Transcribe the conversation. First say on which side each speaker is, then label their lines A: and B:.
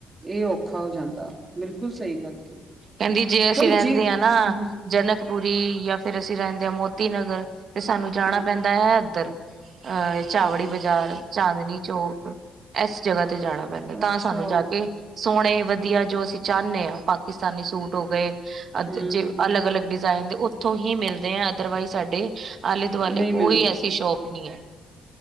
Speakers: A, on the right; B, on the right.
A: ਇ ਔਖਾ ਹੋ ਜਾਂਦਾ। ਬਿਲਕੁਲ ਸਹੀ ਗੱਲ। ਕਹੀ
B: ਕੈਂਦੀ ਜੇ ਅਸੀਂ
A: ਪਰ
B: ਰੈਂਦੇ
A: ਹੂੰ
B: ਆ ਨਾ।
A: ਹੂੰ
B: ਜਨਕਪੁਰੀ ਯਾ, ਫੇਰ ਅਸੀਂ ਰੈਂਦੇ ਆ ਮੋਤੀ ਨਗਰ, ਤੇ ਸਾਨੂ ਜਾਣਾ
A: ਹੂੰ,
B: ਪੈਂਦਾ ਦਾ ਐ ਐਦਰ ਅ ਚਾਵੜੀ ਬਾਜ਼ਾਰ, ਚਾਂਦਨੀ ਚੌਕ ਐਸ ਜਗਾ ਤੇ ਜਾਣਾ ਪੈਂਦੈ,
A: ਅੱਛਾ
B: ਤਾ ਸਾਨੂੰ ਜਾ ਕੇ ਸੋਣੇ ਵਧੀਆ। ਜੋ ਅਸੀਂ ਚਾਨੇ ਆ, ਪਾਕਿਸਤਾਨੀ ਸੂਟ ਹੋ ਗਏ ਅਦੇ
A: ਹੂੰ-ਹੂੰ-ਹੂੰ
B: ਜੇ ਅਲੱਗ- ਅਲੱਗ ਡਿਜ਼ਾਇਨ ਦੇ, ਓਥੋਂ ਹੀ ਮਿਲਦੇ ਐ। ਅਦਰਵਾਈਜ਼ ਸਾਡੇ ਆਲੇ-ਦੁਆਲੇ
A: ਨਹੀਂ
B: ਕੋਈ
A: ਮਿਲਦੇ
B: ਐਸੀ ਸ਼ੋਪ ਨੀ ਐ।